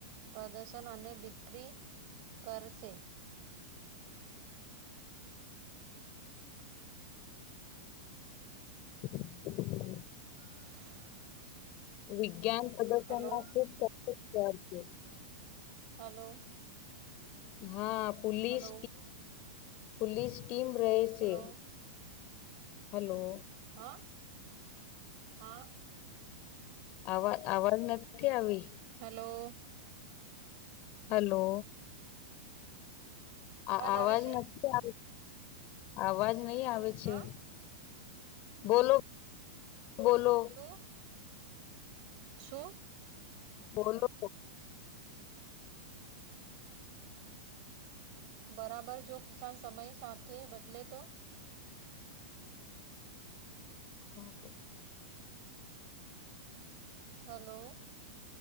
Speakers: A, on the right (about 50°); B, on the left (about 40°).
A: પ્રદર્શન અને બિકરી કરશે.
B: <inaudible>
A: <inaudible>
B: વિજ્ઞાન પ્રદર્શનમાં
A: હેલો
B: ખુબ <unintelligible> છે.
A: હલો.
B: હા, પુલીસ
A: હલો
B: પોલીસ ટીમ રહે છે.
A: Hello
B: hello.
A: હા, હા.
B: અવાજ અવાજ નથી આવે.
A: હલો.
B: હલો, અવ અવાજ
A: આવે છે
B: નથી આવે. અવાજ નહી આવે છે,
A: હા
B: બોલો બોલો.
A: <unintelligible> શું?
B: બોલો?
A: બરાબર જો કિસાન સમય સાથે બદલે તો
B: કા પછી
A: હલો.